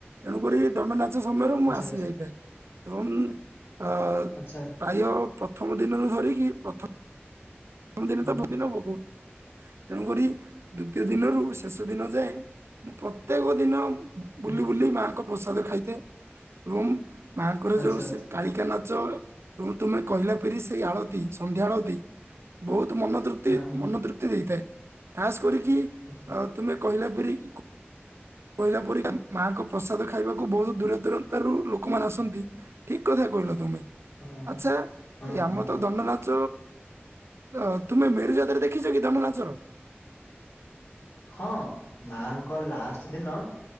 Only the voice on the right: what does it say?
ତେଣୁକରି ଦଣ୍ଡନାଚ ସମୟରେ ମୁଁ
ଆସି
ଯାଇଥାଏ ଏବଂ ଆ
ପ୍ରାୟ ପ୍ରଥମ ଦିନରୁ ଧରିକି ପ୍ରଥ-ଥମ ଦିନ
ତ ବୋହୁତ ଦିନ ଭୋଗ ତେଣୁକରି ଦୁତୀୟ ଦିନରୁ ଶେଷ ଦିନ ଯାଏ ମୁଁ ପ୍ରତ୍ୟେକ ଦିନ
ବୁଲି ବୁଲି ମାଆଙ୍କ ପ୍ରସାଦ ଖାଇଥାଏ ଏବଂ ମାଆଙ୍କର
ଯୋଉ
ସେ କାଳିକା ନାଚ ଏବଂ ତୁମେ କହିଲା ପରି ସେଇ ଆଳତି ସନ୍ଧ୍ୟା ଆଳତି ବୋହୁତ ମନ ତୃପ୍ତି
ମନ ତୃପ୍ତି ହେଇଥାଏ ଖାସ୍ କରିକି
ଆଁ ତୁମେ କହିଲା ପରି କ୍ କହିଲା ପରିକା ମାଆଙ୍କ ପ୍ରସାଦ ଖାଇବାକୁ ବୋହୁତ ଦୂର ଦୂରାନ୍ତରୁ ଲୋକମାନେ ଆସନ୍ତି। ଠିକ କଥା କହିଲ ତୁମେ
ଆଛା
ଏଇ ଆମର
ତ ଦଣ୍ଡନାଚ ଅ ତୁମେ ମେରୁଯାତରେ ଦେଖିଚ କି ଦଣ୍ଡନାଚ?